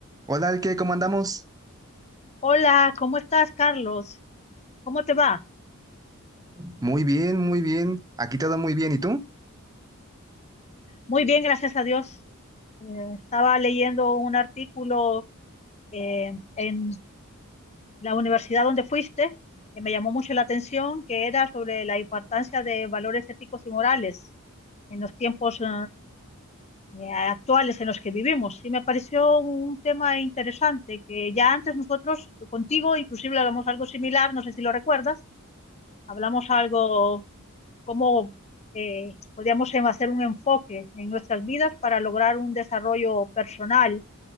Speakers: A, on the right (about 15°); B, on the left (about 30°).
A: Hola, Alke, ¿cómo andamos?
B: Hola, ¿cómo estás, Carlos? ¿Cómo te va?
A: Muy bien, muy bien. Aquí todo muy bien. ¿Y tú?
B: Muy bien, gracias a Dios. Eh, estaba leyendo un artículo eh, en la universidad donde fuiste que me llamó mucho la atención, que era sobre la importancia de valores éticos y morales en los tiempos eh, eh, actuales en los que vivimos. Y me pareció un tema interesante, que ya antes nosotros contigo inclusive hablamos algo similar, no sé si lo recuerdas, hablamos algo cómo eh, podríamos en- hacer un enfoque en nuestras vidas para lograr un desarrollo personal